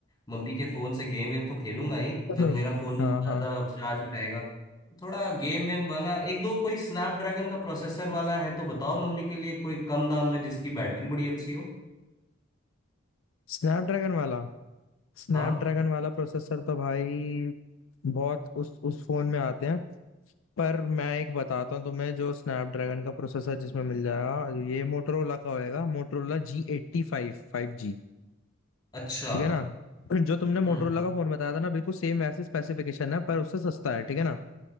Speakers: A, on the left; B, on the left.
A: मम्मी के फोन से गेम वेम तो खेलूंगा ही
B: <clears throat>
A: जब मेरा फोन
B: हाँ
A: ज्यादा
B: हाँ
A: चार्ज में रहेगा तो थोड़ा गेम वेम वाला एक दो कोई स्नैपड्रैगन का प्रोसेसर वाला है तो बताओ मम्मी के लिए कोई कम दाम में जिसकी बैटरी बड़ी अच्छी हो
B: स्नैपड्रैगन वाला स्नैपड्रैगन
A: हाँ
B: वाला प्रोसेसर तो भाई बहुत उस उस फोन में आते हैं पर मैं एक बताता हूँ तुम्हें जो स्नैपड्रैगन का प्रोसेसर जिसमें मिल जाएगा ये मोटरोला का होएगा मोटरोला जी एट्टी फाइव फाइव जी
A: अच्छा
B: ठीक है ना जो तुमने मोटरोला
A: हम्म
B: का फोन बताया था ना बिल्कुल सेम वैसे स्पेसिफिकेशन है पर उससे सस्ता है ठीक है ना